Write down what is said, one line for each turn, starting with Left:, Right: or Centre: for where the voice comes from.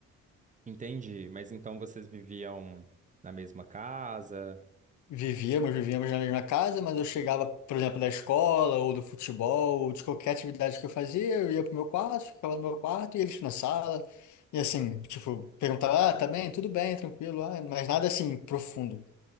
Right: Entendi. Mas então vocês viviam na mesma casa?
Left: Vivíamos, vivíamos na mesma casa, mas eu chegava, por exemplo, da escola ou do futebol, ou de qualquer atividade que eu fazia, eu ia pro meu quarto, ficava no meu quarto e eles na sala. E assim, tipo, perguntava, ah, tá bem? Tudo bem, tranquilo, ah, mas nada assim profundo.